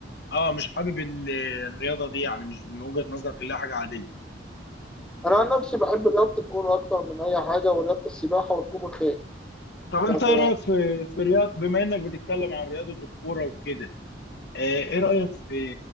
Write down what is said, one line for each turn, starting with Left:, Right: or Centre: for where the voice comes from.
Left: اه مش حابب ال- الرياضه دي يعني مش من وجهه نظرك اللي هي حاجه عاديه
Centre: انا عن نفسي بحب رياضه الكوره اكتر من اي حاجه ورياضه السباحه وركوب الخيل
Left: طب
Centre: يعني
Left: انت ايه رايك في في رياض بما انك بتتكلم عن رياضه الكوره وكده آه، ايه رايك في